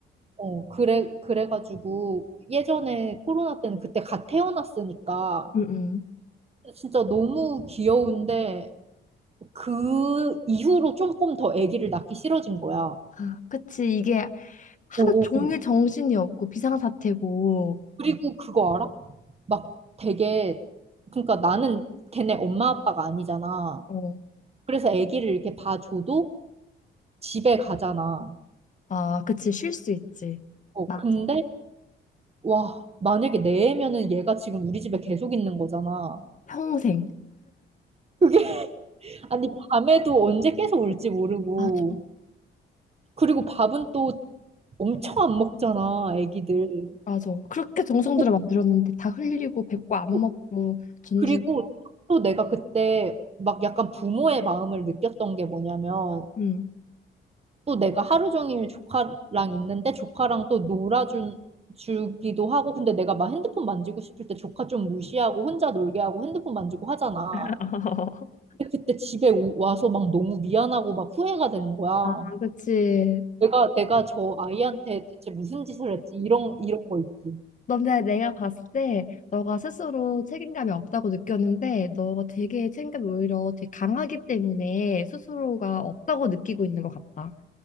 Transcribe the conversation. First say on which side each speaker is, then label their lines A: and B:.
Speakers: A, on the right (about 30°); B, on the left (about 40°).
A: 어, 그래, 그래가지고 예전에 코로나 때는 그때 갓 태어났으니까
B: 응응.
A: 진짜 너무 귀여운데 그 이후로 조금 더 아기를 낳기 싫어진 거야.
B: 아, 그치. 이게 하루
A: 오오오.
B: 종일 정신이 없고 비상사태고.
A: 그리고 그거 알아? 막 되게 그러니까 나는 걔네 엄마 아빠가 아니잖아.
B: 어.
A: 그래서 아기를 이렇게 봐줘도 집에 가잖아.
B: 아, 그치. 쉴 수 있지.
A: 어
B: 맞아.
A: 근데 와 만약에 내 애면은 얘가 지금 우리 집에 계속 있는 거잖아.
B: 평생.
A: 그게 <laughs> 아니 밤에도 언제 깨서 울지 모르고
B: 맞아.
A: 그리고 밥은 또 엄청 안 먹잖아 애기들.
B: 맞아. 그렇게 정성들을
A: 꼭-
B: 만들었는데 다 흘리고 뱉고 안
A: 꼭.
B: 먹고 던지고.
A: 그리고 또 내가 그때 막 약간 부모의 마음을 느꼈던 게 뭐냐면
B: 음.
A: 또 내가 하루 종일 조카랑 있는데 조카랑 또 놀아준 주기도 하고 근데 내가 막 핸드폰 만지고 싶을 때 조카 좀 무시하고 혼자 놀게 하고 핸드폰 만지고 하잖아.
B: <laughs>
A: 근데 그때 집에 오- 와서 막 너무 미안하고 막 후회가 되는 거야.
B: 아, 그치.
A: 내가 내가 저 아이한테 대체 무슨 짓을 했지? 이런 이런 거 있지.
B: 너네 내가 봤을 때 너가 스스로 책임감이 없다고 느꼈는데 너가 되게 책임감이 오히려 되게 강하기 때문에 스스로가 없다고 느끼고 있는 것 같다.